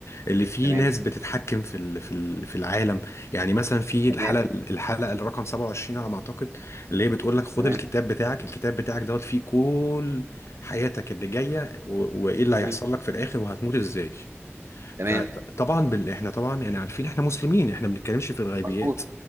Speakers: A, on the left; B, on the right.
A: اللي فيه
B: تمام
A: ناس بتتحكم في ال- في ال- في العالم يعني مثلا في
B: تمام
A: الحلقه الحلقه الرقم 27 على ما اعتقد اللي هي بتقول لك خد
B: تمام
A: الكتاب بتاعك الكتاب بتاعك دوت فيه كل حياتك اللي جايه و- وايه اللي هيحصل
B: مم.
A: لك في الاخر وهتموت ازاي
B: تمام
A: فطبعا بال... احنا طبعا يعني عارفين احنا مسلمين احنا ما بنتكلمش في الغيبيات
B: مظبوط